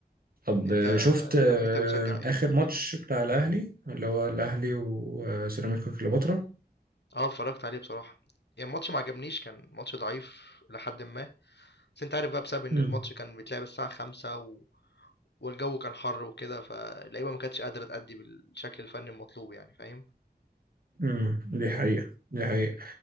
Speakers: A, on the right; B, on the left.
A: طب
B: انت
A: آه، شفت
B: انت
A: آه،
B: انت بتشجع ايه
A: اخر ماتش بتاع الاهلي اللي هو الاهلي وسيراميكا كليوباترا
B: اه اتفرجت عليه بصراحة يعني الماتش ما عجبنيش كان ماتش ضعيف لحد ما بس انت عارف بقى بسبب ان
A: مم،
B: الماتش كان بيتلعب الساعة خمسة و... والجو كان حر وكده فاللعيبة ما كانتش قادرة تأدي بالشكل الفني المطلوب يعني فاهم
A: مم، دي حقيقة دي حقيقة